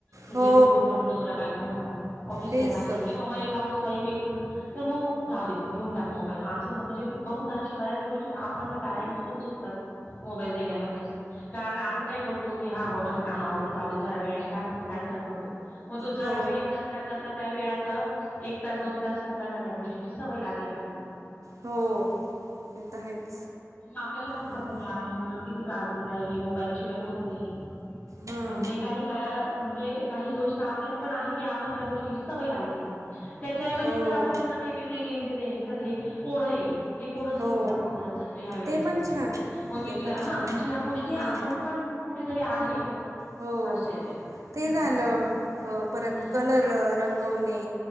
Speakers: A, on the left (about 30°); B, on the right (about 80°).
A: म्हणजे
B: हो
A: दोघं पण नवरा बायको म्हणा ऑफिसला
B: तेच
A: जाणारी
B: तर.
A: किंवा मग एक हाऊस वाईफ ऐकून तर मग जाऊ दे घेऊन टाक मोबाईल मग असं म्हणजे बहुतांश बऱ्याच गोष्टी आपण पॅरेंट्स पण चुकतात. मोबाईल देण्यामध्ये. कारण आपण काय करतो की हा बा माझं काम आवरत जाऊदे जरावेळनी आणि काय होतं काय फरक पडतो. म तो जरा
B: हो
A: वेळ कर त्या वेळाच एक तास दोन तास मुलांना त्या गोष्टींची सवय लागल्या जाती म.
B: हो ते तर आहेच
A: अन् म आपल्याला तसं
B: हा
A: वाटत
B: ना.
A: कि आपल्या मुलं किती त्रास देताय मोबाईल शिवाय होत नाय
B: हं.
A: म्हणजे काही काळ म्हणजे काही दोष आपल्यात पण आहे की आपण त्या गोष्टींची सवय लावली त्यांना त्याच्याऐवजी
B: हो
A: जर आपण त्यांना काही वेग ळे -गेम दिले हे चल हे कोड हे-हे
B: हो
A: सोडून दाखवं बरं चल तू ह्या वेळेमध्ये.
B: ते पण छान आहे
A: म- मी
B: ते
A: तुला
B: पण
A: हा
B: छान
A: म्हणजे
B: आहे
A: ह्या गोष्टी
B: हम्म.
A: आपण पण कुठेतरी आहे.
B: हो
A: असं आहे ते. हम्म
B: ते झालं परत
A: हम्म
B: कलर रंगवणे.